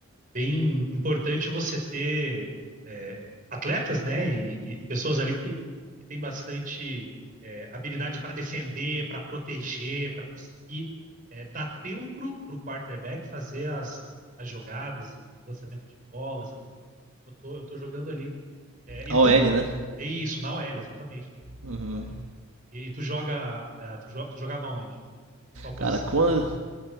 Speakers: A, on the right (about 40°); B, on the right (about 75°).
A: bem importante você ter é, atletas, né, e, e- e pessoas ali que, que têm bastante é, habilidade para defender, para proteger, para conseguir é, dar tempo para o quarterback fazer as, as jogadas e lançamento de bolas e tudo. Eu tô, eu tô jogando ali. É, e
B: A
A: tu,
B: OL,
A: tu-
B: né?
A: é isso, na OL, exatamente, na linha
B: Uhum.
A: ofensiva, na OL. E, e tu joga, é, tu, jo- tu jogava onde? Qual a posição
B: Cara, quando...
A: que tu jogava?